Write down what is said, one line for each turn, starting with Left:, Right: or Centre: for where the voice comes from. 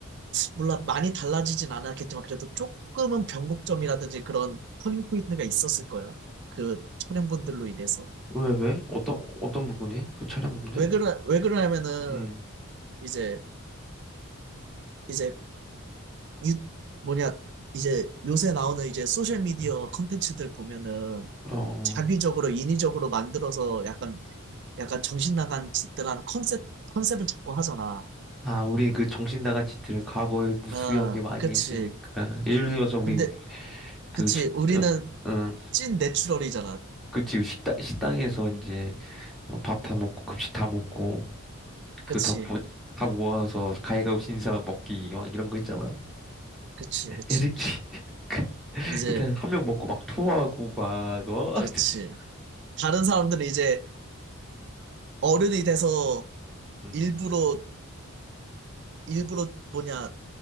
Right: 몰라 많이 달라지진 않았겠지만 그래도 조금은 변곡점이라든지 그런 터닝 포인트가 있었을 거야. 그 촬영본들로 인해서.
Centre: 왜 왜? 어떤 어떤 부분이? 그 촬영 부분들?
Right: 왜 그러 왜 그러냐면은
Centre: 응
Right: 이제 이제 유, 뭐냐 이제 요새 나오는 이제 소셜 미디어 컨텐츠들 보면은
Centre: 어.
Right: 자기적으로 인위적으로 만들어서 약간 약간 정신 나간 짓들 하는 컨셉 컨셉을 자꾸 하잖아.
Centre: 아, 우리 그 정신 나간 짓들을 과거에 무수하게
Right: 어,
Centre: 많이
Right: 그치.
Centre: 했으니까. 예를 들어서 우리
Right: 근데
Centre: 그
Right: 그치.
Centre: 식,
Right: 우리는
Centre: 어, 응,
Right: 찐 내추럴이잖아.
Centre: 그치, 그 식당 식당에서 이제 밥 다 먹고 급식 다 먹고 그
Right: 그치.
Centre: 다 모, 다 모아서 가위가위보 진 사람 먹기 막 이런 거 있잖아.
Right: 그치. 그치.
Centre: 애들끼리 <laughs>
Right: 이제
Centre: 그때 한 명 먹고 막 토하고 막 어.
Right: 그렇지.
Centre: <laughs>
Right: 다른 사람들은 이제 어른이 돼서
Centre: 응
Right: 일부러 일부러 뭐냐